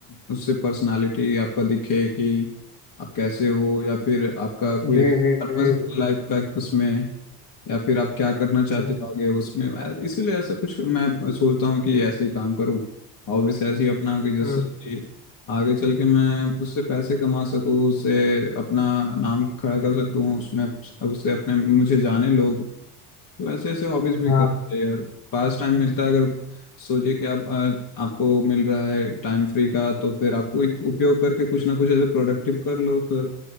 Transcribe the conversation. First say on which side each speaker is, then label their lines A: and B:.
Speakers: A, on the left; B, on the left.
A: उससे पर्सनालिटी आपका दिखे कि आप कैसे हो या फिर आपका कोई
B: जी जी
A: पर्पस
B: जी जी
A: लाइफ का उसमें या फिर आप क्या करना चाहते
B: हम्म।
A: हो आगे उसमें यार इसीलिए ऐसा कुछ मैं सोचता हूँ कि ऐसे ही काम करूँ हॉबीज ऐसी अपनाऊँ कि जिससे
B: हम्म
A: कि आगे चल के मैं उससे पैसे कमा सकूँ उससे अपना नाम खड़ा कर सकूँ उसमें उससे अपने मुझे जाने लोग वैसे ऐसे हॉबीज भी
B: हाँ
A: करते हैं यार पास टाइम मिलता है अगर सोचिए कि आप आ, आपको मिल रहा है टाइम फ्री का तो फिर आपको एक उपयोग करके कुछ ना कुछ ऐसे प्रोडक्टिव कर लो फिर